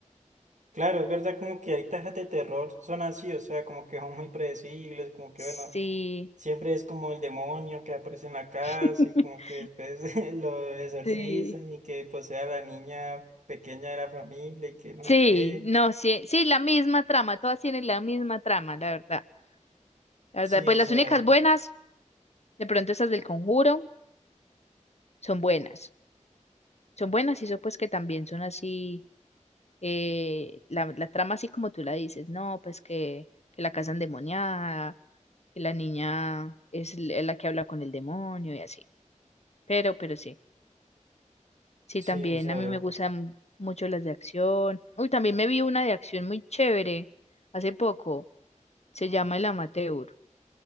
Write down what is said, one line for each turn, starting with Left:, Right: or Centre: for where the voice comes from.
Right: Claro, es verdad como que hay tajas de terror, son así, o sea, como que son muy predecibles, como que
Left: Sí,
Right: bueno. Siempre es como el demonio que aparece en la casa
Left: <laughs>
Right: y como que después <laughs> lo exorcizan
Left: sí,
Right: y que posee a la niña pequeña de la familia y que no
Left: sí,
Right: sé qué.
Left: no, sí, sí, la misma trama, todas tienen la misma trama, la verdad. La
Right: Sí,
Left: verdad, pues
Right: o
Left: las
Right: sea,
Left: únicas buenas, de pronto esas del Conjuro, son buenas. Son buenas y eso pues que también son así eh, la, la trama así como tú la dices, no, pues que, que la casa endemoniada, que la niña es l- la que habla con el demonio y así. Pero, pero sí, sí,
Right: sí,
Left: también
Right: o sea,
Left: a mí me gustan mucho las de acción. Uy, también me vi una de acción muy chévere hace poco, se llama El Amateur.